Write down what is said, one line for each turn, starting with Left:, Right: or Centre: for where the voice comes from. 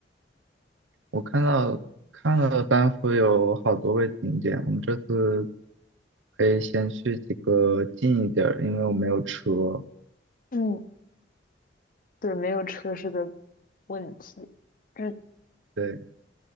Right: 我看到看了班服有好多位景点，我们这次可以先去几个近一点儿，因为我没有车。
Left: 嗯，对，没有车是个问题，这
Right: 对，